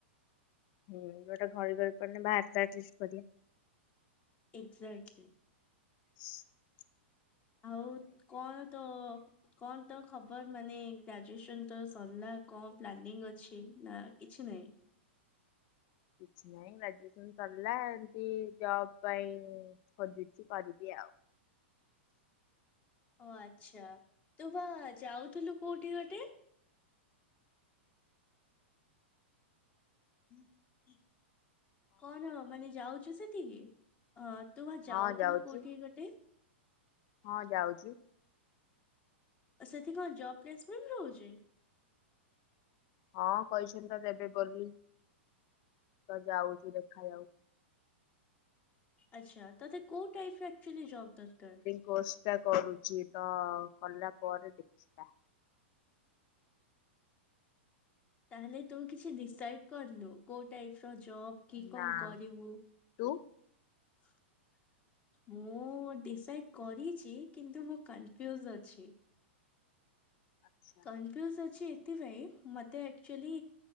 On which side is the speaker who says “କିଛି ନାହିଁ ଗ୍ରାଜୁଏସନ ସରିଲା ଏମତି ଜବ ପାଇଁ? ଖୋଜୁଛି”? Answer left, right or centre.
Left